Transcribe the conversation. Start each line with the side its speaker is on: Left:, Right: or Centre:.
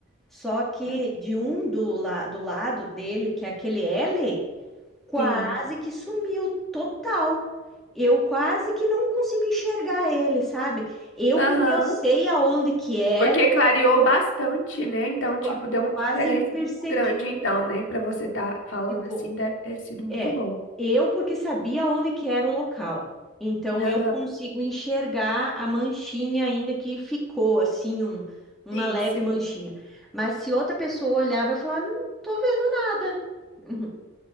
Centre: Só que
Left: Uhum.
Centre: de um do, la do lado dele, que é aquele L, quase
Left: Sim.
Centre: que sumiu total. Eu quase que não consigo enxergar ele, sabe? Eu,
Left: Aham.
Centre: porque eu sei aonde que era,
Left: Porque clareou bastante, né? Então, tipo,
Centre: qua-
Left: deu uma
Centre: quase
Left: diferença
Centre: imperceptível.
Left: muito grande, então, né? Pra você estar falando
Centre: Tipo,
Left: assim, deve ter sido muito
Centre: É,
Left: bom.
Centre: eu porque sabia onde que era o local. Então
Left: Aham.
Centre: eu consigo enxergar a manchinha ainda que ficou assim um- uma
Left: Sim,
Centre: leve
Left: sim.
Centre: manchinha. Mas se outra pessoa olhar, vai falar, não tô vendo nada. Uhum.